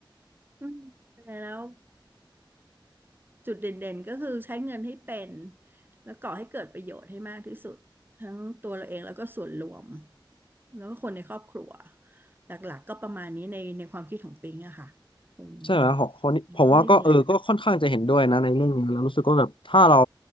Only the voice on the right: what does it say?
อืมแล้ว จุดเด่นๆ ก็คือใช้เงินให้เป็นแล้วก่อให้เกิดประโยชน์ให้มากที่สุดทั้งตัวเราเองแล้วก็ส่วนรวมแล้วก็คนในครอบครัวหลักๆ ก็ประมาณนี้ในในความคิดของปิงอะค่ะอืม
ปิงก็ไม่ได้มีอะไร